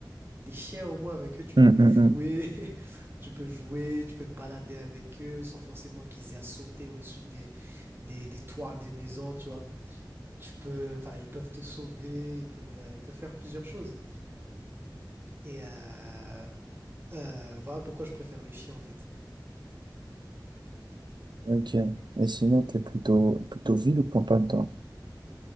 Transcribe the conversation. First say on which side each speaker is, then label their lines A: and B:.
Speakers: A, on the right; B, on the right.
A: Les chiens au moins avec eux tu
B: Hum,
A: peux jouer,
B: hum, hum.
A: <laughs> tu peux jouer, tu peux te balader avec eux sans forcément qu'ils aient à sauter au-dessus des, des des toits des maisons, tu vois. Tu peux, enfin ils peuvent te sauver, ils peuvent euh, ils peuvent faire plusieurs choses. Et euh, Euh, voilà pourquoi je préfère le chien en fait.
B: Ok. Et sinon, t'es plutôt, plutôt ville ou campagne, toi?